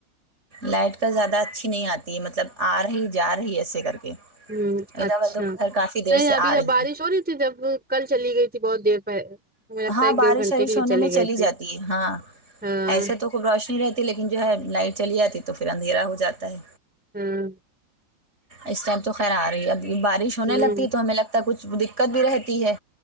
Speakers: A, on the right; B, in the centre.
A: لائٹ کا زیادہ اچھی نہیں آتی ہے مطلب آ رہی جا رہی ہے ایسے کر کے
B: ہوں
A: ادا
B: اچھا
A: وال تو گھر کافی دیر
B: نہیں
A: سے
B: ابھی
A: آ
B: جب بارش
A: ہے
B: ہو رہی تھی جب کل چلی گئی تھی بہت دیر ہمیں لگتا
A: ہاں
B: ہے ایک
A: بارش
B: ڈڑھ گھنٹے
A: وارش
B: کے لیے
A: ہونے
B: چلی
A: میں
B: گئی تھی
A: جاتی ہے ہاں
B: ہاں
A: ایسے تو روشنی رہتی لیکن جو ہے لائٹ چلی جاتی تو پھر اندھیرا ہو جاتا ہے
B: ہاں
A: اس ٹائم تو خیر آ رہی ہے اب بارش ہونے
B: ہوں
A: لگتی تو ہمیں لگتا ہے کچھ دقت بھی رہتی ہے